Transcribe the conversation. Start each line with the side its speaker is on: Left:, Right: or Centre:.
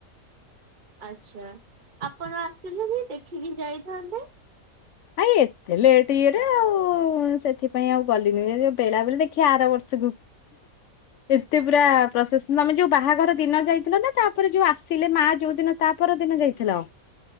Right: ଆଚ୍ଛା ଆ ପଣ ଆସିଲେନି ଦେଖିକି ଯାଇ ଥାନ୍ତେ।
Left: ଆାଇ ଏତେ ଲେଟ୍ ଇଏରେ ଆଉ ସେଥିପାଇଁ ଆଉ ଗଲିନି <unintelligible> ବେଳବେଳୀ ଦେଖିଆ ଆର ବର୍ଷକୁ ଏତେ ପୁରା ପ୍ରସନ ତମେ ଯୋଉ ବାହାଘର ଦିନ ଯାଇଥିଲ ନା ତାପରେ ଯୋଉ ଆସିଲେ ମା ଯୋଉ ଦିନ ତା ପରଦିନ ଯାଇଥିଲ ।